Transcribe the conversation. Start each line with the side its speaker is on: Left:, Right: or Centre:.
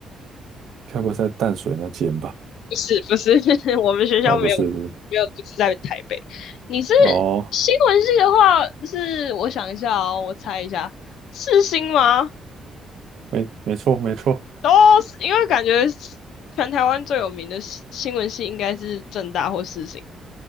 Right: 该不会是在淡水那间吧？
Left: 不是不是，<laughs> 我们学校没有
Right: 哦，不是不是
Left: 没有，不是在台北。你是
Right: 哦，
Left: 新闻系的话，是我想一下哦，我猜一下，世新吗？
Right: 没没错没错，
Left: 哦，是因为感觉全台湾最有名的新新闻系应该是正大或世新，